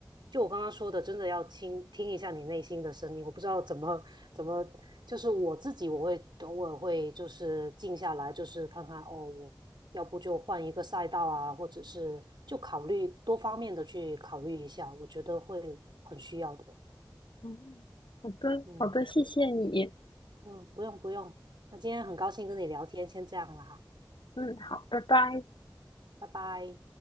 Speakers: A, on the right; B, on the left.
A: 就我刚刚说的，真的要听听一下你内心的声音。我不知道怎么怎么，就是我自己，我会偶尔会就是静下来，就是看看哦，我。要不就换一个赛道啊，或者是就考虑多方面的去考虑一下，我觉得会很需要的。
B: 嗯，好的，
A: 嗯
B: 好的，谢谢你。
A: 嗯，不用不用，那今天很高兴跟你聊天，先这样了哈，
B: 嗯，好，拜拜。
A: 拜拜。